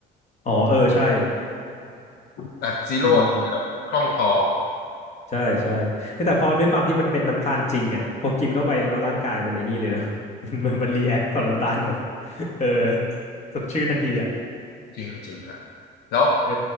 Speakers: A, on the left; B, on the left.
A: อ๋อเออใช่
B: แต่ซีโร่นี่คือแบบคล่องคอ
A: อืมใช่ใช่เฮ้ยแต่พอด้วยความที่มันเป็นน้ำตาลจริงอ่ะพอกินเข้าไปแล้วร่างกายมันไอ้นี่เลยเนาะ <laughs> มันมันรีแอคต่อน้ำตาลแบบเออสดชื่นทันทีอ่ะ
B: จริงจริงฮะแล้ว
A: เอ